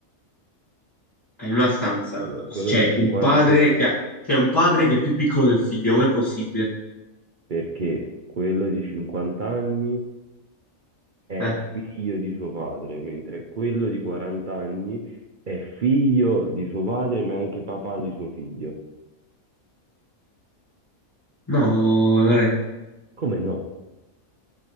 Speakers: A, on the left; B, on the right.
A: è in una stanza.
B: Allora, quello
A: C'è
B: di 50,
A: un padre
B: quello di-
A: che ha- c'è un padre che è più piccolo del figlio, com'è possibile?
B: perché quello di 50 anni è
A: Eh,
B: figlio di suo padre, mentre quello di 40 anni è figlio di suo padre, ma è anche papà di suo figlio.
A: no, Lore,
B: Come no?